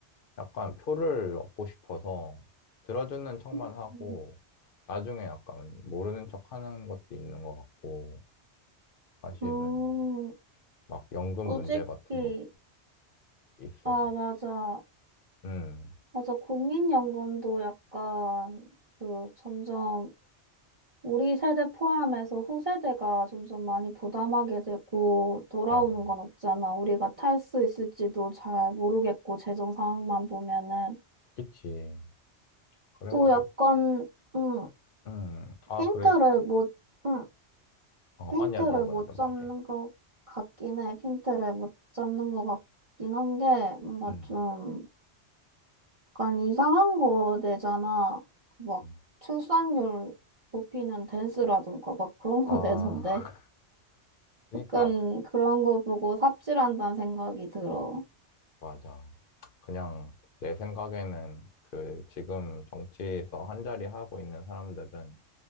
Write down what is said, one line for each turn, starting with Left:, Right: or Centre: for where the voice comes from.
Left: 약간 표를 얻고 싶어서 들어주는 척만
Right: 음.
Left: 하고, 나중에 약간 모르는 척 하는 것도 있는 것 같고, 사실은
Right: 음,
Left: 막 연금
Right: 솔직히,
Left: 문제 같은 것도 있어서,
Right: 아, 맞아.
Left: 음,
Right: 맞아. 국민연금도 약간, 그, 점점, 우리 세대 포함해서 후세대가 점점 많이 부담하게 되고, 돌아오는
Left: 맞아.
Right: 건 없잖아. 우리가 탈 수 있을지도 잘 모르겠고, 재정 상황만 보면은.
Left: 그치. 그래가지고,
Right: 또 약간, 음
Left: 음, 아,
Right: 핀트를
Left: 그랬어?
Right: 못, 응,
Left: 어,
Right: 핀트를
Left: 아니야, 너 먼저
Right: 못
Left: 말해.
Right: 잡는 것 같긴 해. 핀트를 못 잡는 것 같긴 한 게, 뭔가
Left: 음.
Right: 좀, 약간 이상한 거 내잖아. 막,
Left: 음.
Right: 출산율 높이는 댄스라던가, 막 그런 거
Left: 아,
Right: 내던데.
Left: <laughs> 그니까,
Right: 약간 그런 거 보고 삽질한다는 생각이 들어.
Left: 맞아. 그냥 내 생각에는 그 지금 정치에서 한자리 하고 있는 사람들은